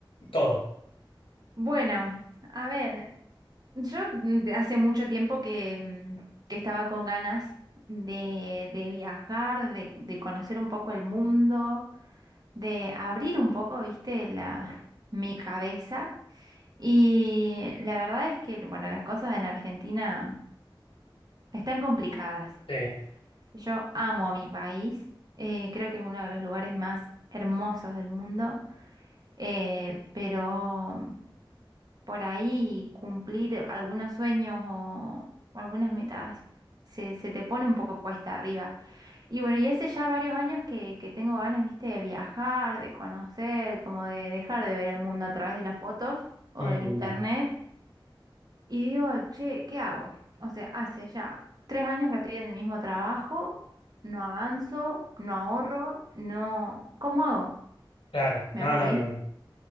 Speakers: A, on the left (about 85°); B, on the right (about 50°).
A: todo.
B: Bueno, a ver, yo mm, de hace mucho tiempo que, mm, que estaba con ganas de, de viajar, de, de conocer un poco el mundo, de abrir un poco, viste, la, mi cabeza. Y la verdad es que, bueno, las cosas en Argentina están complicadas.
A: Sí,
B: Yo amo a mi país, eh, creo que es uno de los lugares más hermosos del mundo, eh, pero... por ahí cumplir algunos sueños o, o algunas metas se, se te pone un poco cuesta arriba. Y bueno, y hace ya varios años que, que tengo ganas, viste, de viajar, de conocer, como de dejar de ver el mundo a través de las fotos o
A: Mm,
B: del internet. Y digo, che, ¿qué hago? O sea, hace ya tres años que estoy en el mismo trabajo, no avanzo, no ahorro, no... ¿Cómo hago?
A: claro,
B: Me
A: no,
B: voy,
A: no, no,